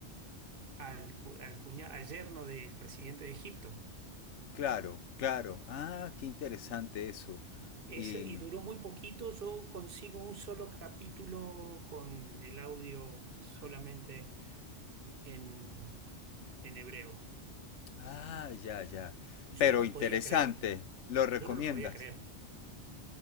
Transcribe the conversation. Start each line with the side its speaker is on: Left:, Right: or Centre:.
Right: al, cu- al cuña- al yerno del presidente de Egipto.
Left: Claro, claro. Ah, qué interesante eso.
Right: Eso,
Left: Y,
Right: y duró muy poquito, yo consigo un solo capítulo con el audio solamente en, en hebreo.
Left: ah, ya, ya.
Right: Yo
Left: Pero
Right: no lo
Left: interesante.
Right: podía creer,
Left: ¿Lo recomiendas?
Right: yo no lo podía creer.